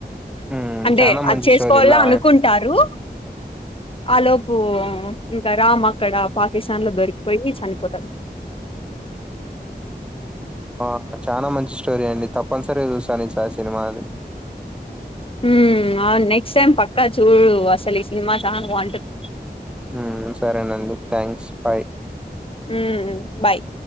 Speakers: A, in the centre; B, on the left (about 30°).
A: ఉమ్
B: అంటే
A: చానా మంచి
B: అది చేసుకోవాలా
A: స్టోరీ ఇలా
B: అనుకుంటారు ఆ లోపు ఇంకా రామ్ అక్కడ పాకిస్తాన్ లో దొరికిపోయి చనిపో పోతడు
A: ఆ చాలా మంచి స్టోరీ అండి తప్పనిసరిగా చూస్తాను ఈసారి ఆ సినిమా అది
B: ఉమ్ ఆ నెక్స్ట్ టైమ్ పక్కా చూడు అసలు ఈ సినిమా చాన బాగుంటది
A: ఉమ్ సరేనండి థ్యాంక్స్ బాయ్
B: ఉమ్ బాయ్